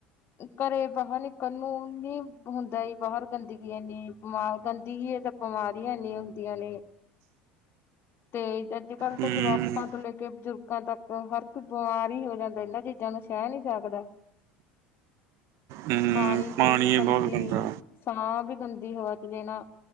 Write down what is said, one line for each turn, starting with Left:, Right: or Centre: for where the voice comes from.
Left: ਘਰੇ ਬਾਹਰ ਨਿਕਲ ਨੂੰ ਨ ਹੁੰਦਾ ਬਾਹਰ ਗੰਦਗੀ ਇਨੀ ਬਿਮਾਰ ਗੰਦਗੀ ਹੈ ਤਾਂ ਬਿਮਾਰੀਆਂ ਇਨੀ ਹੁੰਦੀਆਂ ਨੇ ਤੇ ਤੇ ਅੱਜ ਕੱਲ ਤਾਂ
Right: ਹੂੰ
Left: ਜਵਾਕਾਂ ਤੋਂ ਲੈ ਕੇ ਬਜ਼ੁਰਗ ਤਾਂ ਹਰ ਕੋਈ ਬਿਮਾਰ ਹੀ ਹੋ ਜਾਂਦਾ ਇਹਨਾਂ ਚੀਜ਼ਾਂ ਨੂੰ ਸਹਿ ਨਹੀਂੀ ਸਕਦਾ
Right: ਹੂੰ
Left: ਪਾਣੀ ਚ ਵੀ
Right: ਏ
Left: ਗੰਦੀ
Right: ਬਹੁਤ ਗੰਦਾ
Left: ਸਾਹ ਵੀ ਗੰਦੀ ਹਵਾ ਚ ਦੇਣਾ